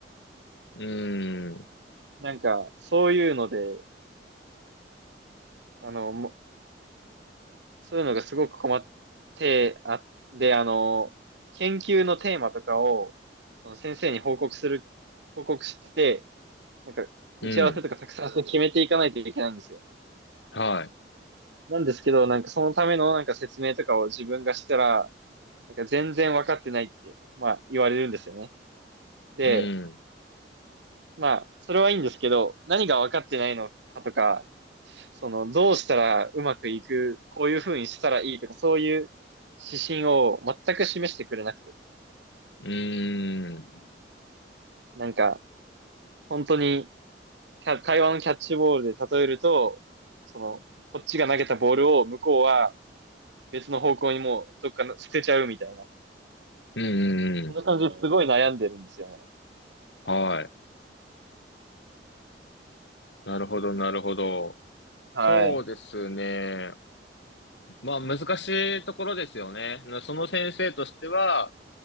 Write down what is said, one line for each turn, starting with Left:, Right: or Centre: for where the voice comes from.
Left: い。うん。
Right: なんか、そういうので、あの、もそういうのがすごく困ってあ、で、あの、研究のテーマとかを、その先生に報告する、報告して、なんか、
Left: うん。
Right: 打ち合わせとかたくさん決めていかないといけないんですよ。
Left: は
Right: なんですけど、なんかそのためのなんか説明とかを自分がしたら、なんか全然分かってないって、まあ言われるんですよね。で、
Left: い。うん。
Right: まあ、それはいいんですけど、何が分かってないのかとか、その、どうしたらうまくいく、こういう風にしたらいいとか、そういう指針を全く示してくれなくて、
Left: うん。
Right: なんか、本当に、キャ会話のキャッチボールで例えると、その、こっちが投げたボールを向こうは別の方向にもうどっか捨てちゃうみたいな。
Left: うん。うん。
Right: そんな感じですごい悩んでるんですよね。
Left: はい。なるほど、なるほど。
Right: はい。
Left: そうですね。まあ、難しいところですよね。その先生としては、